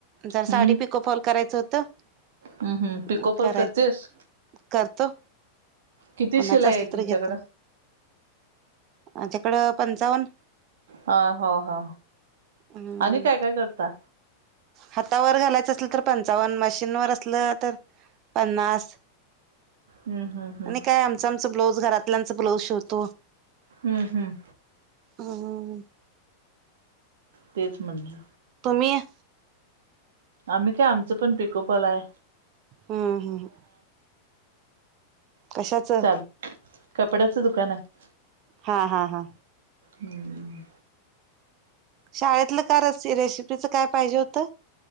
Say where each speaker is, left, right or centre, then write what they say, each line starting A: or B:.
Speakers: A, on the right; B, on the right.
A: जर साडी
B: हम्म
A: पिकअप फॉल करायचं होतं,
B: हम्म हम्म पिको फॉल
A: करायचं.
B: करतेस?
A: करतो.
B: किती
A: कोणाच
B: शिलाई
A: असल
B: आहे तुमच्याकडं?
A: तर घेतो माझ्या कढ पंचावन्न.
B: ह हा हा
A: हम्म
B: आणि काय काय करता
A: हातावर घालायचं असलं तर पंचावन्न मशीनवर असलं तर पन्नास.
B: हम्म हम्म हम्म
A: आणि काय आमचं आमचं ब्लाऊज घरातल्यांच ब्लाऊज शोवतो
B: हम्म हम्
A: हम्म
B: तेच म्हटलं
A: तुम्ही
B: आम्ही काय आमचं पण पिको फॉल हाय
A: हम्म हम ह कशाचं
B: चाल कपड्याचं दुकान आहे
A: हा हा हा
B: हम्म
A: शाळेतलं का रस रेसिपीच काय पाहिजे होतं